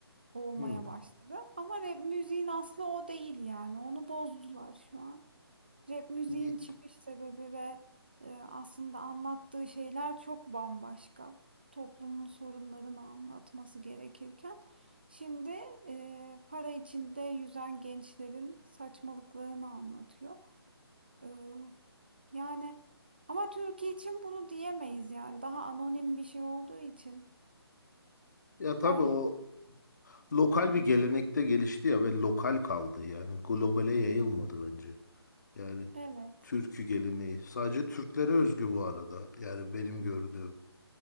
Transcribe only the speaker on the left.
Hı.
Y-
Ya tabii
o lokal bir gelenekte gelişti ya ve lokal kaldı yani globale yayılmadı bence. Yani
türkü geleneği. Sadece Türklere özgü bu arada. Yani benim gördüğüm.